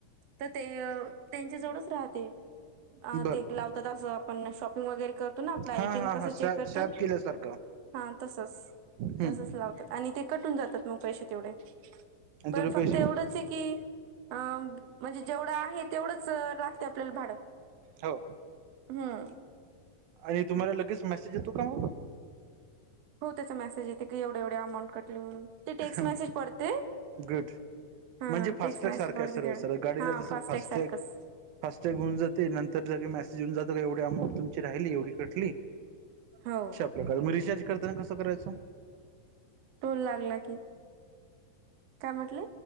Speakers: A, on the right; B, on the right.
A: तर ते त्यांच्या जवडच राहते अ
B: बरोबर
A: ते लाव आपण शॉपिंग वगैरे करत करतो ना आपलं एटीएम
B: हां हां
A: कसं
B: हां
A: चेक
B: सॅ
A: करतो
B: सॅप केल्यासारखं
A: हा तसच
B: हम्म
A: तसच लावतात आणि ते कट होऊन जातात मग पैसे तेवढे
B: आणि
A: पण
B: थोडे
A: फक्त
B: पैसे
A: एवढंच आहे की अ म्हणजे जेवढं आहे तेवढंच लागते आपल्याला भाडं
B: हो
A: हम्म
B: आणि तुम्हाला लगेच मेसेज येतो का ओ?
A: हो त्याच मेसेज येते की एवढे एवढे अमाऊंट कटली म्हणून ते टेक्स्ट
B: मग
A: मेसेज पडते
B: गुड
A: हा
B: म्हणजे फास्ट्रॅग
A: टेक्स्ट मेसेज
B: सारखं
A: पडते
B: आहे सर
A: तेवढे
B: सर गाडीला
A: हा
B: जसं
A: फास्टॅग
B: फास्ट्रॅग
A: सारखंच
B: फास्टॅग होऊन जाते नंतर जग का मेसेज होऊन जात का एवढी तुमची राहिली एवढी कठली
A: हो
B: मग रिचार्ज करताना कसं करायचं
A: टोल लागला की काय म्हटले